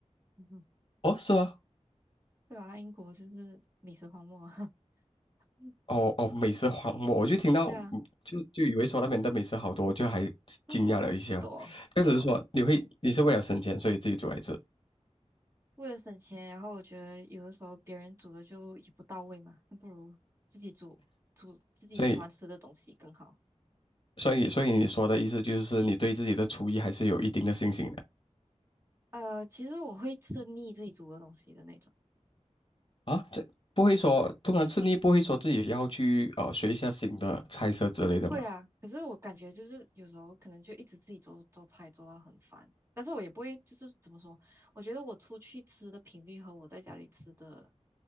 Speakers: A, on the right; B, on the left.
A: <laughs>
B: 哦，是吗？
A: 对啊，英国就是美食荒漠。<laughs> 嗯
B: 哦哦，美食荒漠，我就听到，
A: 对啊，
B: 嗯就就以为说那边的美食好多，我就还惊讶了一下。
A: 不不多不多。
B: 就只是说你会，你是为了省钱，所以自己煮来吃，
A: 为了省钱，然后我觉得有的时候别人煮的就也不到位嘛，那不如自己煮煮自己喜欢吃的东西更好。
B: 所以所以所以你说的意思就是你对自己的厨艺还是有一定的信心的
A: 呃，其实我会吃腻自己煮的东西的那种。
B: 啊？这不会说，通常吃腻不会说自己要去呃学一下新的菜色之类的吗？
A: 会啊，可是我感觉就是有时候可能就一直自己做做菜做到很烦，但是我也不会就是怎么说，我觉得我出去吃的频率和我在家里吃的，